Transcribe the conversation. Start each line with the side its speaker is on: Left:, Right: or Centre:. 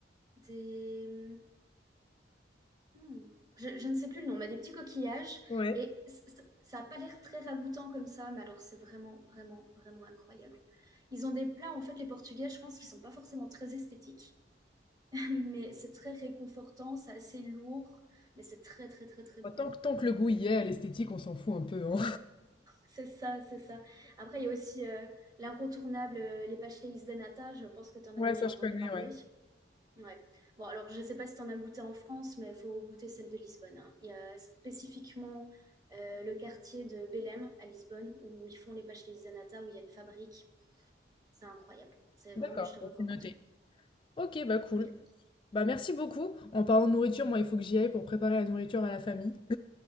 Right: Des Hmm. Je, je ne sais plus le nom, mais des petits coquillages.
Left: Ouais.
Right: Et c- c- ça n'a pas l'air très ragoûtant comme ça, mais alors c'est vraiment, vraiment, vraiment incroyable. Ils ont des plats, en fait, les Portugais, je pense qu'ils sont pas forcément très esthétiques, <laughs> mais c'est très réconfortant, c'est assez lourd, mais c'est très, très, très, très bon.
Left: Bah, tant que, tant que le goût y est, l'esthétique, on s'en fout un peu, hein.
Right: C'est ça, c'est ça. Après, il y a aussi euh, l'incontournable, euh, les pastéis de nata, je pense que tu en
Left: Ouais,
Right: as déjà
Left: ça je
Right: entendu
Left: connais,
Right: parler.
Left: ouais.
Right: Ouais. Bon, alors je ne sais pas si tu en as goûté en France, mais il faut goûter celle de Lisbonne. hein. Il y a spécifiquement euh, le quartier de Belém à Lisbonne où ils font les pastéis-nata, où il y a une fabrique. C'est incroyable. C'est vraiment,
Left: D'accord,
Right: je te recommande.
Left: bah, c'est noté. Ok, bah cool.
Right: Ok.
Left: Bah merci beaucoup. En parlant de nourriture, moi, il faut que j'y aille pour préparer la nourriture à la famille.